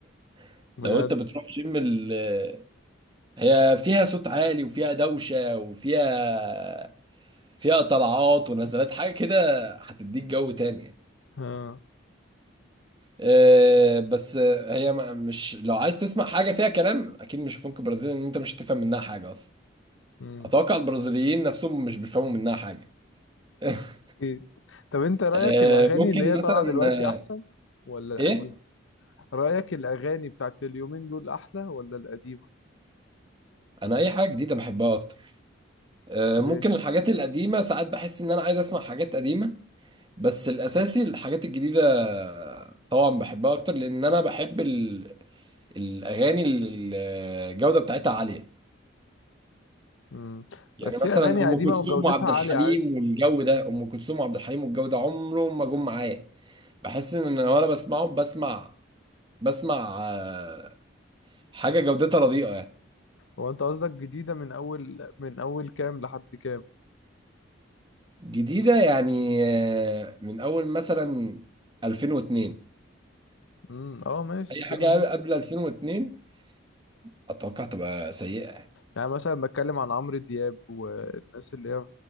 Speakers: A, on the right; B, on the left.
A: <laughs>
B: بجد
A: لو انت بتروح جيم ال- هي فيها صوت عالي وفيها دوشه وفيها فيها طلعات ونزلات حاجه كده هتديك جو تاني يعني.
B: ها
A: آه، بس آه، هي م- مش لو عايز تسمع حاجة فيها كلام أكيد مش فنك برازيلي لأن أنت مش هتفهم منها حاجة أصلا
B: امم
A: أتوقع البرازيليين نفسهم مش بيفهموا منها حاجة <laughs>
B: اكيد طب انت رايك
A: آه،
B: الاغاني
A: ممكن
B: اللي هي
A: مثلا
B: طالعه دلوقتي
A: آه،
B: احسن ولا القديمه
A: إيه
B: رايك الاغاني بتاعت اليومين دول احلى ولا القديمه
A: أنا أي حاجة جديدة بحبها أكتر آه،
B: ليه
A: ممكن الحاجات القديمة ساعات بحس إن أنا عايز أسمع حاجات قديمة بس الأساسي الحاجات الجديدة آه، طبعا بحبها أكتر لأن أنا بحب ال- الأغاني اللي الجودة بتاعتها عالية
B: مم.
A: يعني
B: بس في
A: مثلا
B: اغاني
A: ام
B: قديمه
A: كلثوم
B: وجودتها
A: وعبد
B: عاليه
A: الحليم
B: عادي
A: والجو ده ام كلثوم وعبد الحليم والجو ده عمرهم ما جم معايا بحس ان أنا وانا بسمعهم بسمع بسمع آه، حاجه جودتها رديئه يعني
B: هو انت قصدك جديده من اول من اول كام لحد كام
A: جديده يعني آه، من اول مثلا 2002
B: امم اه ماشي
A: اي حاجه
B: كده ممكن
A: قبل 2002 اتوقع تبقى سيئه يعني.
B: يعني مثلا بتكلم عن عمرو دياب والناس اللي هي